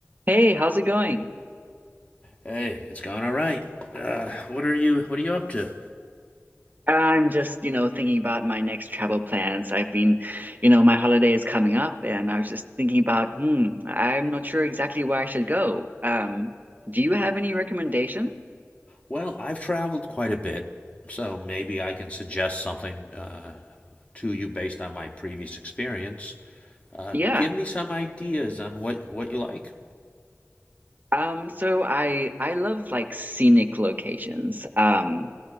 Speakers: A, on the right; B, on the left.
A: Hey, how's it going?
B: Hey, it's going all right. Uh, what are you What are you up to?
A: I'm just, you know, thinking about my next travel plans. I've been, you know, my holiday is coming up and I was just thinking about, hmm, I'm not sure exactly where I should go. Um, do you have any recommendation?
B: Well, I've traveled quite a bit, so maybe I can suggest something uh, to you based on my previous experience. Uh,
A: Yeah.
B: give me some ideas on what what you like.
A: Um, so I I love like scenic locations. Um,